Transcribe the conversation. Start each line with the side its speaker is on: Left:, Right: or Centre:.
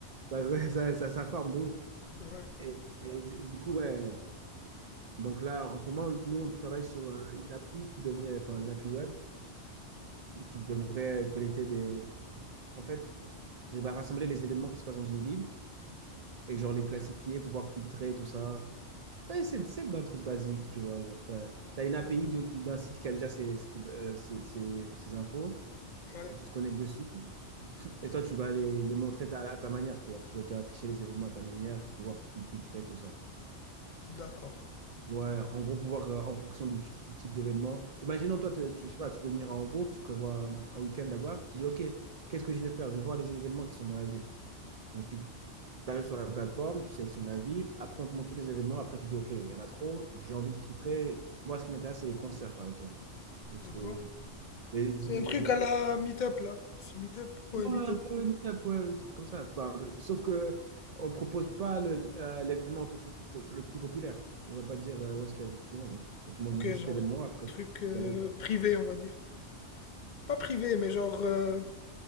Right: ça, <laughs> ça, ça, ça forme de ouf.
Left: Ouais.
Right: Et, et du du coup, ouais. Donc là, en ce moment, nous, on travaille sur euh, une appli qui devrait, enfin, une appli web qui devrait collecter des. En fait, qui va rassembler les événements qui se passent dans une ville et genre les classifier, pouvoir filtrer tout ça. Ça, c'est simple un truc basique, tu vois. Genre, t'as, t'as une API de- du- d'un site qui a déjà ses, ses, euh, ses- ses- ses infos
Left: Ouais.
Right: et tu te connectes dessus. Et toi, tu vas les, les montrer ta- à ta manière, tu vois. Tu vas, tu vas afficher les événements à ta manière pour pouvoir fil- filtrer tout ça.
Left: D'accord.
Right: Ouais, en gros, pouvoir, euh, en fonction du, du type d'événement. Imaginons, toi, te- tu, je sais pas, tu veux venir à Hambourg, tu prévois euh, un week-end là-bas. Tu dis, OK, qu'est-ce que je vais faire? Je vais voir les événements qui sont dans la ville. Donc, tu, tu arrives sur la plateforme, tu sélectionnes la ville, après on te montre tous les événements, après tu dis, OK, il y en a trop, j'ai envie de filtrer. Moi, ce qui m'intéresse, c'est les concerts, par exemple. Ou c'est
Left: D'accord.
Right: des,
Left: C'est un truc
Right: des-
Left: à la
Right: des
Left: Meetup là. C'est Meetup? Ouais,
Right: événements
Left: Meetup.
Right: un peu meet-up, ouais, des trucs comme ça. Enfin, sauf que on ne propose pas le- euh, l'événement un peu plus, popu- le plus populaire. On ne va pas te dire euh, où est-ce qu'il y a le plus souvent. On te montre
Left: Ok,
Right: juste
Left: genre
Right: l'événement, après
Left: truc euh,
Right: y aller ou pas.
Left: privé, on va dire. Pas privé, mais genre euh,